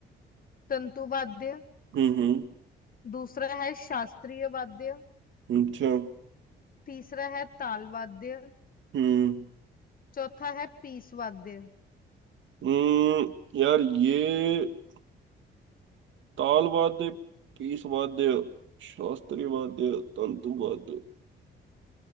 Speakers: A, on the left; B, on the right.
A: तंतु वाद्य
B: हम्म हम्म
A: दूसरा है शास्त्रीय वाद्य
B: अच्छा
A: तीसरा है ताल वाद्य
B: हम्म
A: चौथा है पीस वाद्य
B: हम्म यार ये ताल वाद्य पीस वाद्य शास्त्रीय वाद्य तंतु वाद्य